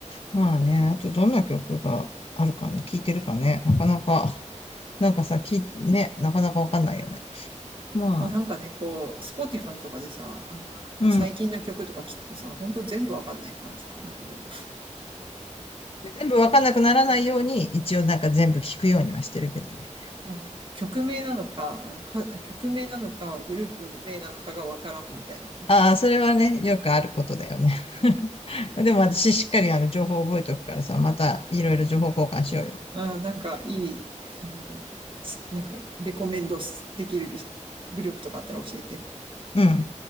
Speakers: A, on the left; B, on the right.
A: まあね、あとどんな曲があるかね、聴いてるかね、なかなか。なんかさ、き、ね、なかなかわかんないよね。まあ、
B: まあなんかね、こう、Spotify とかでさ、あのなんかこう最近の曲とか聞くとさ、
A: うん。
B: ほんと全部わかんないからさ、なんかもう
A: 全部わかんなくならないように、一応なんか全部聞くようにはしてるけどね。
B: まあね、曲名なのか、あのか、曲名なのか、グループ名なのかがわからんみたいなね。
A: ああ、それはね、よくあることだよね。<laughs> でも私しっかりあの情報を覚えておくからさ、またいろいろ情報交換しようよ。
B: あー、なんかいい、あの、すなんかレコメンドできるグループとかあったら教えて。
A: うん。